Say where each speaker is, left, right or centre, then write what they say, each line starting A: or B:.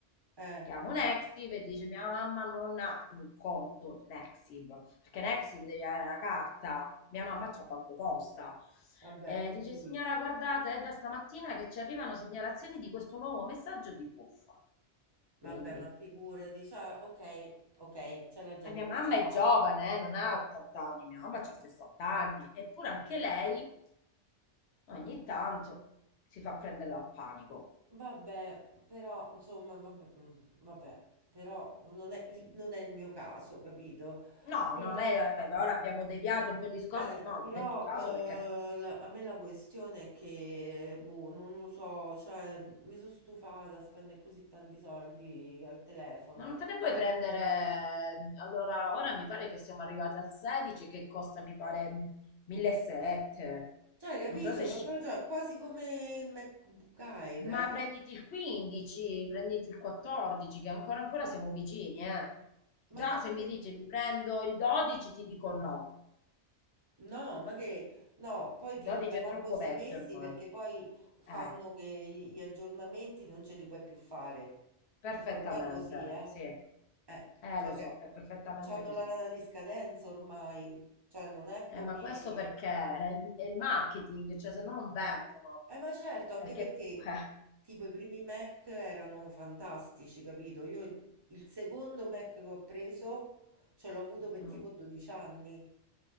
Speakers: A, on the right; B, on the left.
A: eh,
B: Chiamo Nexiv e dice mia mamma non ha un conto Nexiv, perché Nexiv devi avere la carta, mia mamma c'ha BancoPosta.
A: vabbè,
B: E
A: quindi-
B: dice signora guardate è da stamattina che ci arrivano segnalazioni di questo nuovo messaggio di truffa.
A: Vabbè,
B: Quindi,
A: ma figurati, cioè, ok, ok, c'è la gente
B: e mia
A: che
B: mamma
A: ci casca.
B: è giovane, eh, non ha 80 anni, mia mamma ha 60 anni, eppure anche
A: Eh,
B: lei ogni tanto si fa prendere dal panico.
A: vabbè, però, insomma, vabbè, mm, vabbè, però non è, non è il mio caso, capito?
B: No,
A: Però,
B: non è,
A: ecco,
B: ora abbiamo deviato un po' il discorso,
A: eh,
B: no, non
A: però
B: è il tuo caso perché
A: eh, la- a me la questione è che, boh, non lo so, cioè, mi sono stufata a spendere così tanti soldi al telefono.
B: Ma non te ne puoi prendere. Allora, ora mi pare che siamo arrivati al 16 che costa, mi pare, 1.700.
A: Cioè, capito?
B: Non so se
A: Lo-
B: scende.
A: cioè, quasi come il MacBook Air,
B: Ma
A: eh.
B: prenditi il 15, prenditi il 14, che ancora ancora siamo vicini, eh. Già,
A: Ma non
B: se
A: è
B: mi
A: vero.
B: dici mi prendo il 12, ti dico no.
A: No, ma che no, poi
B: Il
A: ti
B: 12
A: dura
B: è
A: manco
B: troppo
A: sei
B: vecchio
A: mesi
B: ormai.
A: perché poi fanno
B: Eh,
A: che i- gli aggiornamenti non ce li puoi più fare.
B: perfettamente,
A: Perché ormai è così, eh?
B: sì.
A: Eh,
B: Eh,
A: cioè
B: lo
A: che
B: so, è perfettamente
A: c'hanno
B: così.
A: la data di scadenza ormai, cioè non è come...
B: Eh, ma questo perché è il, è il marketing, cioè se no non vendono,
A: Eh, ma certo, anche
B: perché
A: perché
B: comunque...
A: tipo i primi Mac erano fantastici, capito? Io il il secondo Mac che ho preso ce l'ho avuto per
B: Mm,
A: tipo 12 anni.